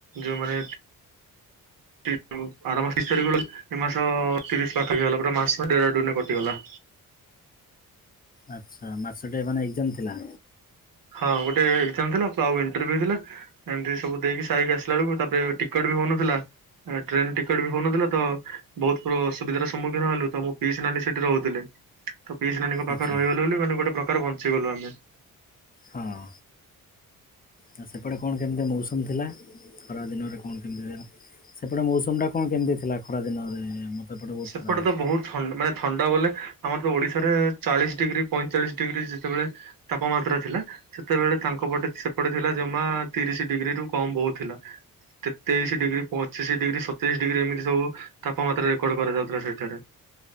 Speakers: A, on the right (about 60°); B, on the left (about 25°).
A: ଯୋଉମାନେ <unintelligible> ଆର ମାସ ଏକ ତାରିଖ ବେଳକୁ, ଏ ମାସ ତିରିଶ ପଖାପାଖି ହେଇଗଲା, ପୁରା ମାସ ଡେରାଡୁନରେ କଟିଗଲା।
B: ଆଚ୍ଛା। ମାସଟେ ମାନେ ଏକ୍ଜାମ ଥିଲା?
A: ହଁ ଗୋଟେ ଏକ୍ଜାମ ଥିଲା, ଆଉ ଇଣ୍ଟରଭ୍ୟୁ ଥିଲା। ଏମତି ସବୁ ଦେଇକି ସାରିକି ଆସିଲା ବେଳକୁ, ତାପରେ ଟିକଟ ବି ହଉନଥିଲା, ଟ୍ରେନ ଟିକେଟ ବି ହଉନଥିଲା, ତ ବହୁତ ଅସୁବିଧାର ସମ୍ମୁଖୀନ ହେଲୁ। ତ ମୋ ପିଇସି ନାନୀ ହେଲେ ସେଠି ରହୁଥିଲେ। ତ ପିଇସିନାନୀଙ୍କ ପାଖରେ
B: ଆଚ୍ଛା
A: ରହିଗଲୁ ବୋଲି, ମାନେ ଗୋଟେ ପ୍ରକାର ବଞ୍ଚିଗଲୁ ଆମେ।
B: ହଁ ଆଉ ସେପଟେ କଣ କେମତି ମୌସମ ଥିଲା? ଖରାଦିନରେ କଣ କେମତି ଥିଲା? ସେପଟେ ମୌସମଟା କଣ କେମତି ଥିଲା ଖରା ଦିନରେ? ଏପଟେ ବହୁତ
A: ସେପଟେ
B: ଖରା ହେଉଥିଲା।
A: ତ ବହୁତ ଥଣ୍ଡ ମାନେ ଥଣ୍ଡା ବୋଲେ ଆମର ତ ଓଡିଶାରେ ଚାଳିଶ ଡିଗ୍ରୀ, ପଇଁଚାଳିଶ ଡିଗ୍ରୀ ଯେତେବେଳେ ତାପମାତ୍ରା ଥିଲା, ସେତେବେଳେ ତାଙ୍କ ତାଙ୍କ ପଟେ ସେପଟେ ଥିଲା ଜମା, ତିରିଶି ଡିଗ୍ରୀରୁ କମ ବହୁତ ଥିଲା। ତେ-ତେଇଶି ଡିଗ୍ରୀ, ପଚିଶି ଡିଗ୍ରୀ, ସତେଇଶି ଡିଗ୍ରୀ, ଏମିତି ସବୁ ତାପମାତ୍ରାରେ କକଡ କରାଯାଉଥିଲା ସେଇଠାରେ।